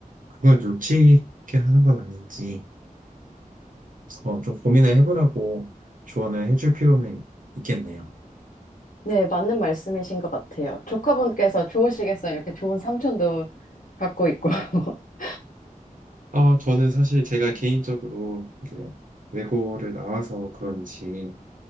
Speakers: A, on the right (about 65°); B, on the left (about 75°).
A: 그걸 놓치게 하는 건 아닌지 어, 좀 고민을 해보라고 조언을 해줄 필요는 있겠네요.
B: 네, 맞는 말씀이신 것 같아요. 조카분께서 좋으시겠어요. 이렇게 좋은 삼촌도 갖고 있고. <laughs>
A: 아, 저는 사실 제가 개인적으로 이제 외고를 나와서 그런지,